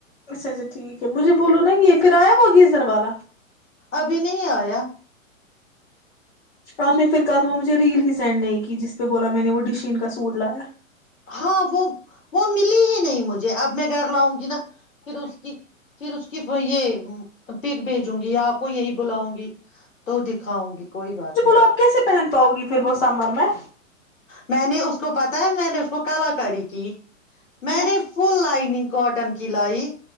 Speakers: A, on the left; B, on the left.
A: اچھا اچھا ٹھیک ہے مجھے بولو نا یہ کرایہ ہوگیا ادھر والا
B: ابھی نہیں آیا
A: آپ نے پھر کال وہ مجھ ریل ہی سینڈ نہیں کی جس پہ بولا میں نے وہ ڈیشین کا سوٹ لایا
B: ہاں وہ وہ ملی ہی نہیں مجھے اب میں گھر لاؤں گی نا پھر اس کی پھر اس کی یہ پک بھیجوں گی یا آپ کو یہی بلاؤں گی تو دکھاؤں گی کوئی بات نہیں
A: پ کیس پہن پؤی پھر بس سمر میں
B: میں نے اس کو پتا ہے میں نے اس کو کلاکاری کی میں
A: کیا
B: نے فل لائننگ کاٹن کی لائی